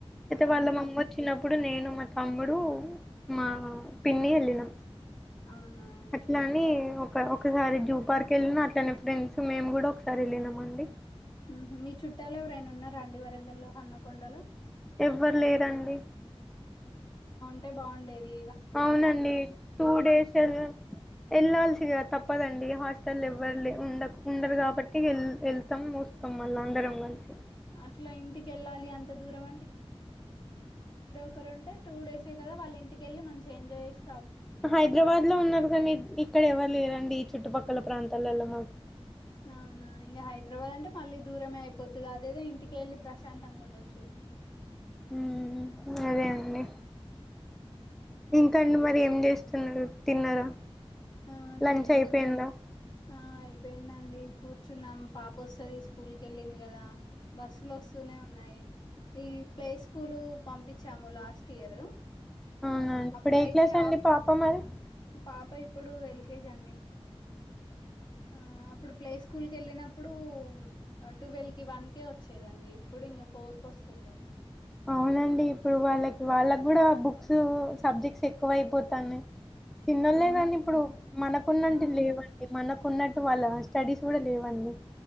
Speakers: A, in the centre; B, on the left (about 45°).
A: అయితే
B: అవునా!
A: వాళ్ళ మమ్మీ వచ్చినప్ ప్పుడు నేను మా తమ్ముడు మా పిన్ని యెళ్ళినమ్
B: అవునా!
A: అట్లా అని ఒక ఒకసారి జూ పార్క్ వెళ్ళిన అట్లనే ఫ్రెండ్స్ మేము కూడా ఒకసారి వెళ్ళినామండి.
B: ఉహు మీ చుట్టాలు ఎవరైనా ఉన్నారా అండి వరంగల్లో హనుమకొండలో.
A: ఎవ్వరు లేరండి
B: టే బాగుండేది
A: అవునండి టూ డేస్ వెళ్ళా వెళ్ళాల్సిగా తప్పదండి హస్ స్టల్ ఎవ్వరు లే ఉండ ఉండరు కాబట్టి వె వెళ్తాం వస్తాం మళ్ళ అందరం కలిసి.
B: అట్లా ఇంటికెళ్ళాలి అంత దూరం ఒక్కరు ఉంటే టూ డేసే కదా వాళ్ళ ఇంటికిళ్ళి మంచి ఎంజాయ్ చేస్
A: హైదరాబాద్ లో ఉన్నారు కని ఇక్కడ ఎవర్లేరండి ఈ చుట్టుపక్కల ప్రాంతాలలో మాకు.
B: అవునా ఇంగ హైదరాబాద్ అంటే మళ్ళీ దూరమే అయిపోతది అదేదో ఇంటికే వెళ్ళి ప్రశాంతంగా ఉండొచ్చు. <inaudible>
A: ఉ అదే అండి ఇంకా అండి
B: హ్మ్.
A: మరి ఎమ్ చేస్తున్నారు తిన్నారా
B: ఆ తిన్నామండి
A: లంచ్ అయిపోయిందా
B: ఆ అయిపోయిందండి కూర్చున్నాం పాప వస్తుంది స్కూల్ క వెళ్ళింది కదా బస్సులు వస్తూనే ఉన్నాయి ఈ ప్లే స్కూల్ పంపించాము లాస్ట్ ఇయర్
A: అవునండి
B: ఆ
A: ఇప్పుడు
B: అప్పుడయితే
A: ఏ క్లాస్ అండి
B: ఆఫ్
A: పాప మరి
B: పాప ఇప్పుడు ఎల్కేజీ అండి ఆ ఇప్పుడు ప్లే స్కూల్ కి వెళ్ళినప్పుడు ట్వెల్వ్ కి వన్ కే వచ్చేదండి ఇప్పుడు ఇంక ఫోర్ కి వస్త హా
A: అవునండి ఇప్పుడు వాళ్ళకి వాళ్ళకు కూడా బుక్స్ సబ్జెక్ట్స్ ఎక్కువ అయిపోతాను తన్నళ్లే కానీ ఇప్పుడు మనకున్నంటే
B: ఆ
A: లేవండి మన కున్నట్టు వాళ్ళ స్టడీస్ కూడా లేవండి